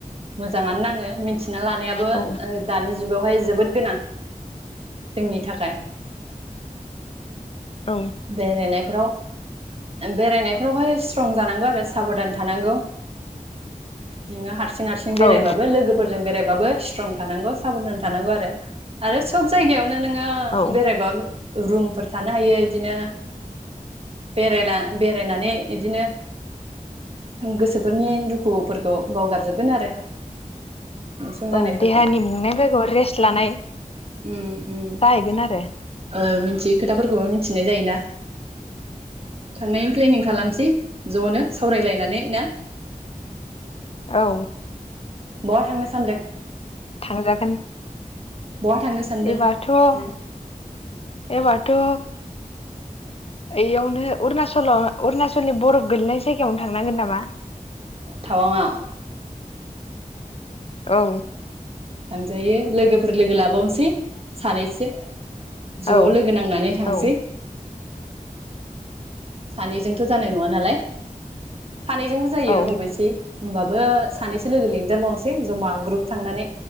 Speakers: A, on the right (about 45°); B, on the left (about 45°).
A: मोजाङानो नाङो मि थिना लानायाबो
B: औ
A: ओ दानि जुगावहाय जोबोद गोनां जोंनि थाखाय।
B: औ
A: बेरायनायफोराव बेरायनाय बेवहाय स्ट्रं जानांगौ आरो साबधान थानांगौ। नोङो हा रसिं हारसिं बेरायबाबो
B: औ
A: लोगोफोरजों बेरायबाबो स्ट्रं थानांगौ साब'धान थानांगौ आरो आरो सब जायगायावनो नोङो
B: औ
A: बेरायबा रुमफोर थानो हायो बिदिनो बेरायला बेरायनानै बिदिनो गो सोफोरनि दुखुफोरखौ बावगारजोबगोन आरो थेनसन
B: औ
A: जानायफोरखौ
B: देहानि मेंनायफोरखौ रेस्ट लानाय
A: उम उम
B: जाहैगोन आरो
A: ओ मिनथियै खोथाफोरखौबो मिथिनाय जायोना। थांनायनि प्लेनिं खालामनोसै ज'नो। सावरायलायनानै ना?
B: औ
A: बहा थांनो सानदों?
B: थांजागोन।
A: बहा थांनो सानदों
B: एबारथ'
A: नो
B: एबारथ' ओयावनो अरुणचल अरुणचलनि बरफ गोलैनाय जायगायावनो थांनांगोन नामा?
A: थावांआव?
B: औ
A: थांजायो लोगोफोर लोगो लाबावनोसै सानैसो।
B: औ
A: ज' लोगो नांनानै थांसै।
B: औ
A: सानैजों थ' जानाय नङा नालाय। सानैजोंबो जायो
B: औ
A: अबैसे ओमबाबो सानैसो लोगो लिंदेरबावनोसै जमा ग्रुप थांनानै